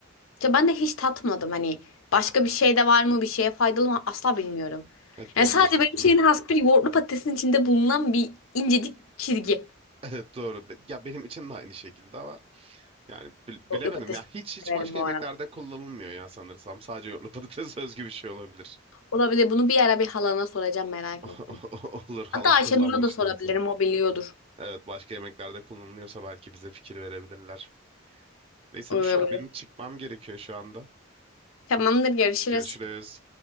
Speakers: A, on the left; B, on the right.
A: İşte ben de hiç tatmadım hani başka bir şey
B: Hı.
A: de var mı bir şeye faydalı mı asla bilmiyorum.
B: Evet
A: Yani
B: benim
A: sadece
B: de hiçbir
A: benim
B: fikrim
A: şeyin
B: yok.
A: has bir yoğurtlu patatesin içinde bulunan bir incecik çizgi.
B: <laughs> Evet doğru. Be- Ya benim için de aynı şekilde ama yani bil-
A: Yoğurtlu
B: bilemedim
A: patates
B: ya hiç hiç
A: severim
B: başka
A: bu
B: yemeklerde
A: arada.
B: kullanılmıyor ya sanırsam. Sadece yoğurtlu patates <laughs> özgü bir şey olabilir.
A: Olabilir bunu bir ara bir halana soracağım merak
B: <laughs>
A: ettim.
B: Olur halam
A: Hatta Ayşenur'a
B: kullanmıştan
A: da sorabilirim
B: sonra.
A: o biliyordur.
B: Evet başka yemeklerde kullanılıyorsa belki bize fikir verebilirler. Neyse
A: Olabilir.
B: Büşra benim çıkmam gerekiyor şu anda.
A: Tamamdır görüşürüz.
B: Görüşürüz.